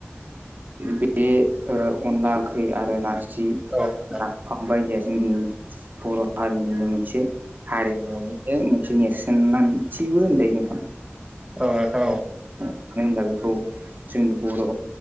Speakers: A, on the right; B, on the right.
A: बे अनला ओंख्रि आरो नारजि
B: औ नोंथां औ
A: बिफां बायदिया जोंनि बर' हारिमुनि मोनसे हारिमुनि बे मोनसे नेरसोनांथिबो होनजायो नोंथां
B: औ नोंथां
A: मानो होनब्ला बेखौ जोंनि बर'